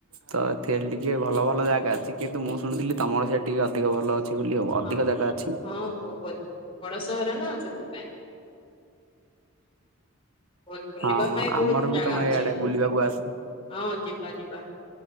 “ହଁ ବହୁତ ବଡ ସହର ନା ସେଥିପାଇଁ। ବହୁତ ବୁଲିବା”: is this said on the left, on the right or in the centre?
Left